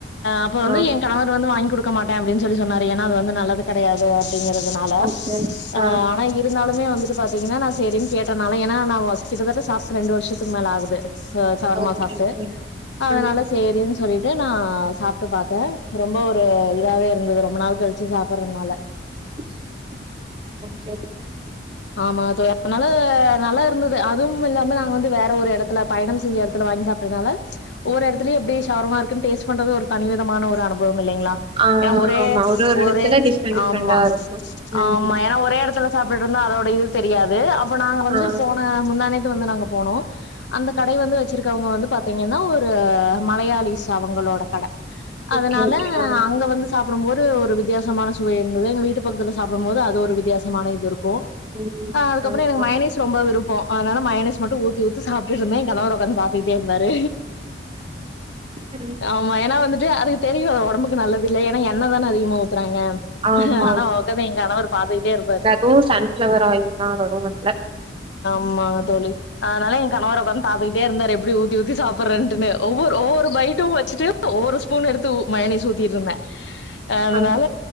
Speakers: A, on the left; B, on the right.
A: அப்ப வந்து
B: ஆ
A: ஏ கணவர் வந்து வாங்குடுக் குடுக்க மாட்டே அப்டின் சொல்லி சொன்னார் ஏன்னா அது வந்து நல்லது கடையாது அப்டிங்குறதுனால
B: ஓகே ஓகே
A: ஆனா
B: ஆ
A: இர் இதுன்னாலுமே வந்துட்டு பாத்தீங்னா நா சேரின் கேட்டனால ஏனா நா வ கிட்டதட்ட சாப்ட்டு ரெண்டு வர்ஷத்துக் மேல ஆகுது ச சவர்மா
B: ஓகே
A: சாப்ட்டு
B: ஓகே
A: அதனால
B: ம்
A: சேரின் சொல்லிட்டு நா சாப்ட்டு பாத்த ரொம்ப ஒரு இதாவே இருந்துது ரொம்ப நாள் கழ்ச்சு சாப்புற்றனால
B: <unintelligible>
A: ஆமா தோய் அத்னால நல்லா இருந்துது அதுவும் இல்லாம நாங்க வந்து வேற ஒரு எடத்துல பயணம் செஞ்ச எட் துல வாங்கி சாப்டதுனால ஒவ்வொரு எட்த்துலயு எப்டி ஷவர்மா இருக்குன் டேஸ்ட் பண்றது ஒரு தனி விதமான ஒரு அனுபவம் இல்லைங்ளா
B: ஆ
A: ஏனா ஒரே
B: ஆமா ஒரு ஒரு
A: ஒரே
B: எடத்துல டிஃப்ரெண்ட் டிஃப்ரெண்டா
A: ஆமா
B: இருக்கு ம்
A: ஆமா ஏன்னா ஒரே எடத்துல சாப்ட்டுட்ருந்தா அதோட இது தெரியாது அப்ப நாங்க வந்து
B: ஆ
A: போன முந்தாணேத்து வந்து நாங்க போனோ அந்த கடை வந்து வச்சிருக்கவுங்க வந்து பாத்தீங்கன்னா ஒரு மலையாளிஸ் அவங்களோட கட அதனால
B: ஓகே ஓகே ஆ
A: அங்க வந்து சாப்புட்டும்போரு ஒரு வித்யாசமான சுவை இருந்துது எங்க வீட்டு பக்கத்துல சாப்புடும்போது அது ஒரு வித்யாசமான இது இருக்கு
B: ம்
A: அ அதுக்கப்றோ
B: ஆமா
A: என மயேனேஸ் ரொம்ப விருப்பொ அதனால மயேனேஸ் மட்டு ஊத்தி ஊத்தி சாப்ட்டுட்ருந்த ஏ கனவர் ஒக்காந்து பாத்துக்குட்டே இருந்தாரு
B: ம்,
A: ஆம் ம்மா ஏனா வந்துட்டு அதுக்கு தெரியு அது ஒடம்புக்கு நல்லது இல்ல ஏன்னா எண்ண தான அதிகமா ஊத்துறாங்க
B: ஆமா
A: ஆனா ஒக்காந்து ஏ கனவர் பாத்துகிட்டே இருப்பாரு
B: தூ சன்ஃப்ளவர் ஆயில்தா வரு அதுல
A: ம்மா தோழி அத்னால ஏ கணவர் ஒக்காந்து பாத்துக்குட்டே இருந்தாரு எப்புடி ஊத்தி ஊத்தி சாப்புற்றன்ட்டுனு ஒவ்வொரு ஒவ்வொரு பைட்டு வச்சுட்டு ஒவ்வொரு ஸ்பூன் எடுத்து உ மயோனேஸ் ஊத்திட்ருந்த அ அதனால
B: ஆ